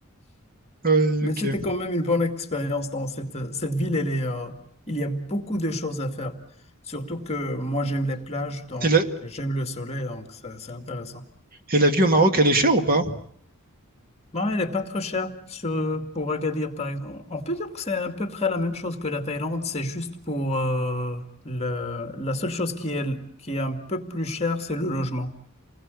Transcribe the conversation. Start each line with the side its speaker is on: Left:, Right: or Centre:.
Right: Ouais,
Left: Mais
Right: ok.
Left: c'était quand même une bonne expérience dans cette, euh, cette ville. Elle est, euh, il y a beaucoup de choses à faire. Surtout que moi, j'aime les plages, donc
Right: Et la,
Left: j'aime le soleil, donc ça- c'est intéressant.
Right: et la vie au Maroc, elle est chère ou pas?
Left: Non, elle n'est pas trop chère sur, euh, pour Agadir, par exemple. On peut dire que c'est à peu près la même chose que la Thaïlande. C'est juste pour euh, le- la seule chose qui est, qui est un peu plus chère, c'est le logement.